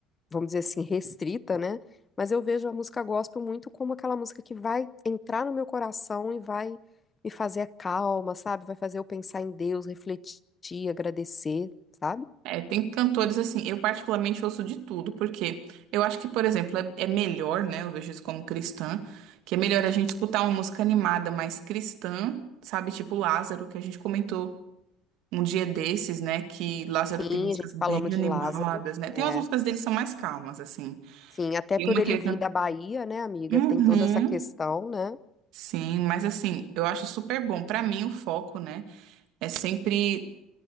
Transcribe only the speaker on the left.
vamos dizer assim, restrita, né? Mas eu vejo a música gospel muito como aquela música que vai entrar no meu coração e vai me fazer calma, sabe? Vai fazer eu pensar em Deus, refletir, agradecer, sabe?
Sim,
a gente
falamos
de Lázaro.
é.
Sim, até
por
ele
vir
da Bahia, né, amiga?
Tem toda essa questão, né?